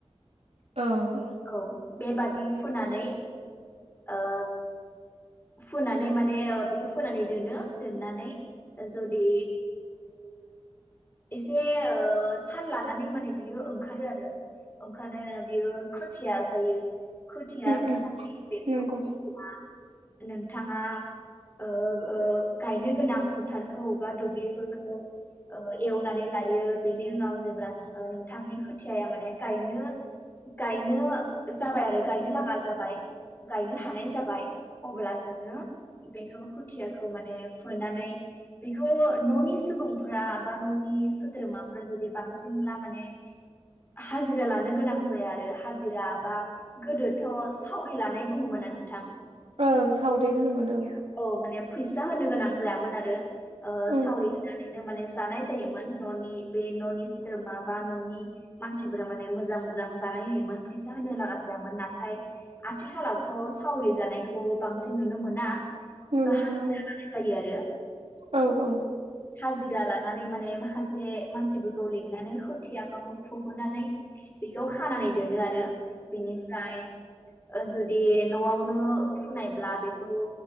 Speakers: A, on the right; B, on the left.
A: औ
B: औ बेबादि फोननानै ओ फोननानै माने बेयो फोनानै दोनो दोननानै जुदि एसे सान लानानै माने बियो ओंखारो आरो ओंखारनाया बियो खोथिया जायो। खुथिया
A: उम
B: जानानै
A: उम
B: बेखौ
A: नंगौ
B: जेब्ला नोंथाङा ओ ओ गायनो गोनां फोथारखौ बा दुब्लिफोरखौ ओ एवनानै लायो बेनि उनाव जेब्ला नोंथांनि खोथियाया माने गायनो गायनो जाबाय आरो गायनो लागा जाबाय गायनो हानाय जाबाय अब्ला जोङो बेखौ खुथियाखौ माने फोनानै बेखौ न'नि सुबुंफ बा न'नि सोद्रोमाफ जुदि बांसिनब्ला माने हाजिरा लानो गोनां जाया आरो हाजिरा बा गोदोथ' सावरि लानाय बुङोमोना नोंथां।
A: ओं सावरि होनोमोन औ
B: औ माने फैसा होनो गोनां जायामोन आरो
A: ओं
B: सावरि होनानै माने जानाय जायोमोन न'नि बे न'नि सोद्रोमा बा न'नि मानसिफोरा माने मोजां मोजां जानाय होयोमोन फैसा होनो लागा जायामोन नाथाय आथिखालावथ' सावरि जानायखौ बांसिन नुनो मोना।
A: नुनो
B: <unintelligible>
A: मोना औ
B: जायो आरो।
A: औ औ
B: हाजिरा लानानै माने माखासे मानसिफोरखौ लिंनानै खोथियाखौ फुहोनानै बेखौ खानानै दोनो आरो बेनिफ्राय ओ जुदि न'आवनो फुनायब्ला बेखौ